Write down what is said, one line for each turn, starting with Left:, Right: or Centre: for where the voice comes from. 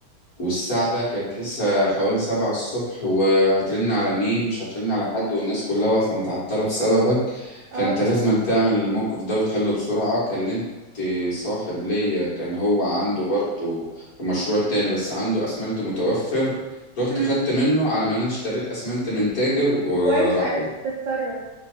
Left: والساعة بقى كانت لسه حوالي سبعة الصبح وهترن على مين مش هترن على حد والناس كلها واقفة متعطلة بسببك
Right: اه
Left: فانت لازم تعمل الموقف ده وتحله بسرعة كلمت صاحب ليا كان هو عنده برضه في مشروع تاني بس عنده أسمنت متوفر رحت
Right: امم
Left: خدت منه على ما انا اشتريت أسمنت من تاجر وراح
Right: كويس عرفت
Left: له
Right: تتصرف